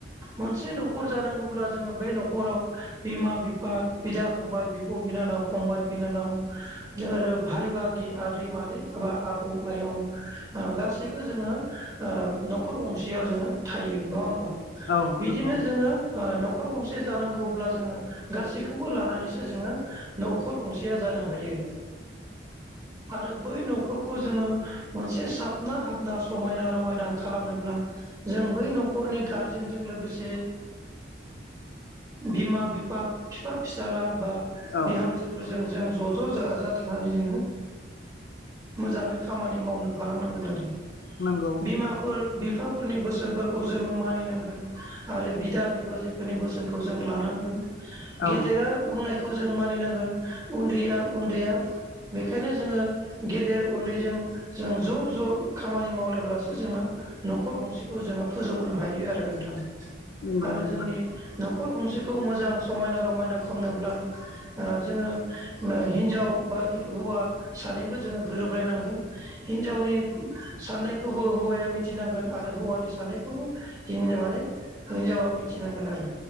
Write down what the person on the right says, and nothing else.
मोनसे न'खर जानांगौब्ला जोङो बेै न' न'खराव बिमा बिफा बिदा फंबाय बिब' बिनानाव फंबाय बिनानाव <unintelligible> भाय बागि आदै मादै आबा आबौ आयं गासैबो जोङो ओ न'खर गंसेयाव जोङो थायो नङा होमबा?
बिदिनो
जोङो न'खर गंसे से जानांगौब्ला जोङो गासैखौबो लानानैसो जोङो न'खर गंसेया जानो हायो। <inaudible> आरो बै न'खरखौ जोङो मोनसे साबना हाबना समायना रमायना खालामनोब्ला जों बै न'खरनि गारजेनजों लोगोसे बिमा बिफा बिफा फिसाला बा
बिहामजोफोरजों जों ज' ज' ज जाथारनानै जोङो मोजाङै खामानि मावनो हालांनांगोन आरो
बिमा फोर बिफाफोरनि बोसोनफोरखौ जों मानिनांगोन आरो बिदा बिबाजै फोरनि बोसोनखौ जों लानांगोन
गेदेरा बुंनाय खौ जों मानिनांगोन उन्दैया उन्दैया बेखायनो जोङो गेदेर उन्दैजों जों ज' ज' खामानि मावलायब्लासो जोङो न'खर गंसेखौ जोङो फोजौनो हायो आरो नोंथां
आरो
जोंनि न'खर गंसेखौ मोजां समायना रमायना खालामनोब्ला जोङो हिनजाव बा हौवा सानैबो जोङो गोरोबलायनांगोन। हिनजावनि साननायखौ हौवाया मिथिनांगोन आरो हौवानि साननायखौबो माने हिनजावा मिथिनांगोन आरो